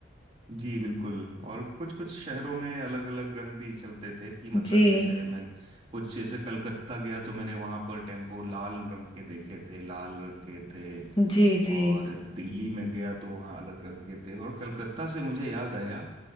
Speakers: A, on the right; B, on the left.
A: जी, बिल्कुल और कुछ कुछ शहरों में अलग अलग रंग भी चलते थे कि मतलब
B: जी
A: जैसे मैं कुछ जैसे कलकत्ता गया तो मैंने वहां पर टेम्पो लाल रंग के देखे थे लाल रंग के थे
B: जी जी
A: और दिल्ली में गया तो वहाँ अलग रंग के थे और कलकत्ता से मुझे याद आया